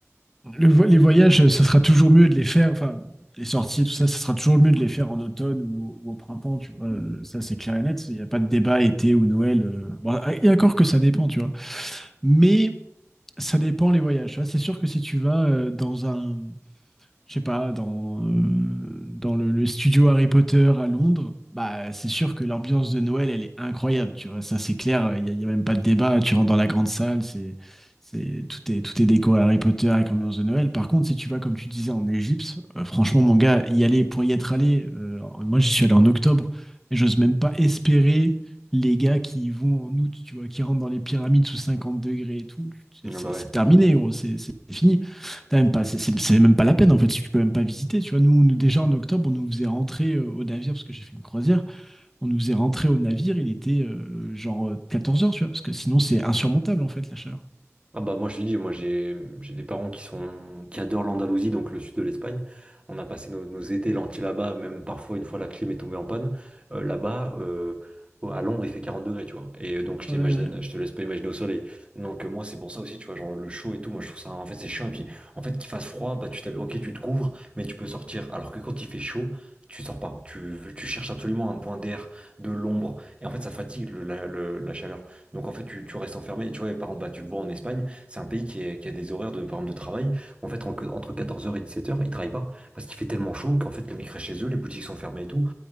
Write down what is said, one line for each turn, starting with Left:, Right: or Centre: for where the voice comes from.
Centre: Le vo- les voyages, ça sera toujours mieux de les faire, enfin, les sorties, tout ça, ça sera toujours mieux de les faire en automne ou, ou au printemps, tu vois. Euh, Ça, c'est clair et net. Il n'y a pas de débat été ou Noël. euh. Bon, et encore que ça dépend, tu vois. Mais ça dépend les voyages. tu vois. C'est sûr que si tu vas euh, dans un je sais pas, dans, euh, dans le, le studio Harry Potter à Londres, bah, c'est sûr que l'ambiance de Noël, elle est incroyable, tu vois, ça c'est clair, il n'y a, y a même pas de débat, tu rentres dans la grande salle, c'est, c'est, tout est, tout est déco Harry Potter avec ambiance de Noël. Par contre, si tu vas, comme tu disais, en Égypte, euh, franchement, mon gars, y aller, pour y être allé, euh, moi j'y suis allé en octobre, mais j'ose même pas espérer les gars qui y vont en août, tu vois, qui rentrent dans les pyramides sous 50 degrés et tout, c'est
Right: Ah
Centre: c'est-
Right: bah
Centre: c'est
Right: ouais.
Centre: terminé, gros, c'est c'est fini. T'as même pas, c'est- c'est c'est même pas la peine en fait, si tu peux même pas visiter. Tu vois, nous, nous, déjà en octobre, on nous faisait rentrer euh, au navire parce que j'ai fait une croisière. On nous faisait rentrer au navire, il était euh, genre euh, 14 heures, tu vois, parce que sinon c'est insurmontable en fait la chaleur.
Right: Ah bah moi je te dis, moi j'ai j'ai des parents qui sont qui adorent l'Andalousie, donc le sud de l'Espagne. On a passé nos, nos étés lentilles là-bas, même parfois une fois la clim est tombée en panne. euh, là-bas, euh, au- à l'ombre, il fait 40 degrés, tu vois. Et donc je
Centre: Ouais,
Right: t'imagine, je te laisse pas imaginer au soleil. Donc euh, moi c'est pour ça aussi, tu vois, genre le chaud et tout, moi je trouve ça en fait c'est chiant. Et puis en fait qu'il fasse froid, bah tu t'habilles, ok tu te couvres, mais tu peux sortir. Alors que quand il fait chaud, tu sors pas. Tu, tu cherches absolument un point d'air, de l'ombre. Et en fait ça fatigue le- la, le- la chaleur. Donc en fait tu, tu restes enfermé. Et tu vois, par exemple, bah, tu le vois en Espagne. C'est un pays qui, est- qui a des horaires de, par exemple, de travail. En fait, en- entre quatorze heures et dix-sept heures, ils travaillent pas parce qu'il fait tellement chaud qu'en fait, les mecs restent chez eux, les boutiques sont fermées et tout.